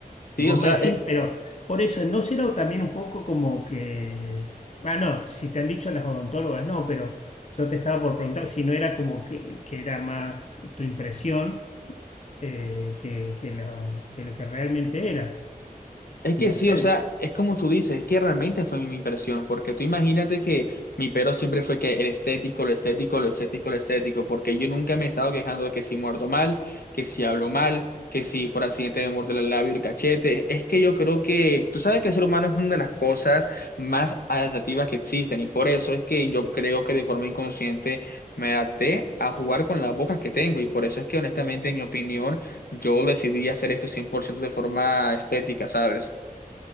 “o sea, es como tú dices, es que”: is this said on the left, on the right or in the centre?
Left